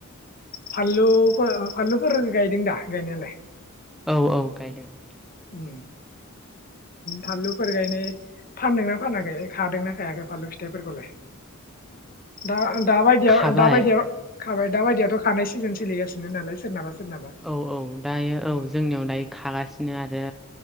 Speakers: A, on the left (about 40°); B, in the centre.
A: फानलुफोर फानलुफोर गायदों दा गायनायालाय?
B: औ औ गायदों। <inaudible>
A: उम फानलुफोर गायनाय फानदोंना फानाखै खादोंना खायाखै फानलु फिथाइफोरखौलाय? दा ओ दाबायदियाव
B: खाबाय
A: ओ दाबायदियाव खाबाय दा बायदियाथ खानाय सिजोन सोलिगासिनो नालाय सोरनाबा। सोरनाबा
B: औ औ दायो
A: उम
B: औ जोंनियाव दायो खागासिनो आरो